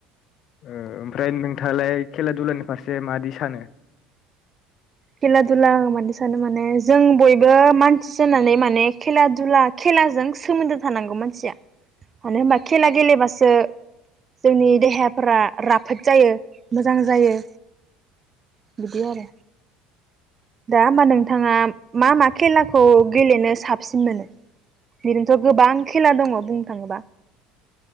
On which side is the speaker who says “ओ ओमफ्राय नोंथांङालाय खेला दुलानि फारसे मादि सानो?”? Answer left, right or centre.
Left